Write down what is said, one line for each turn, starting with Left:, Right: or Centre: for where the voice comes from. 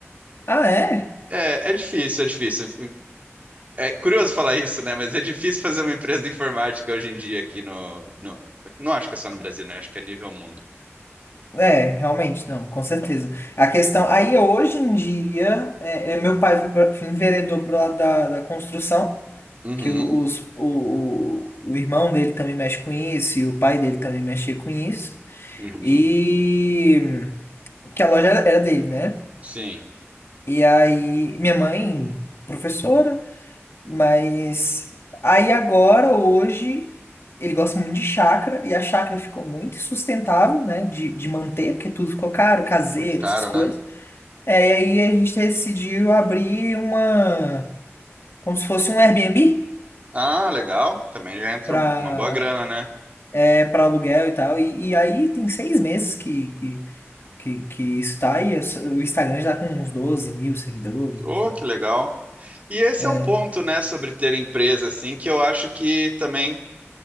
Left: Ah, é?
Right: É, é difícil, é difícil. É, é curioso falar isso, né? Mas é difícil fazer uma empresa de informática hoje em dia aqui no, no... Não acho que é só no Brasil, né? Acho que é nível mundo.
Left: É, realmente, não, com certeza. A questão. Aí, hoje em dia, é, é, meu pai foi pra- foi enveredou pro lado da, da construção,
Right: Uhum,
Left: que o- os, o, o, o irmão dele também mexe com isso, e o pai dele também mexia com isso.
Right: uhum.
Left: E. Porque a loja era era dele, né?
Right: Sim,
Left: E aí, minha mãe, professora. Mas aí agora, hoje, ele gosta muito de chácara e a chácara ficou muito sustentável, né, de, de manter, porque tudo ficou caro, caseiro,
Right: muito caro,
Left: essas coisas.
Right: né?
Left: É, e aí a gente decidiu abrir uma, como se fosse um Airbnb
Right: Ah, legal. Também já entra
Left: para
Right: uma boa grana, né?
Left: é, para aluguel e tal. E, e aí tem seis meses que, que, que, que isso tá aí. O Instagram já tá com uns 12 mil seguidores,
Right: Oh,
Left: enfim.
Right: que legal. E esse
Left: É,
Right: é um ponto, né, sobre ter empresa, assim, que eu acho que também,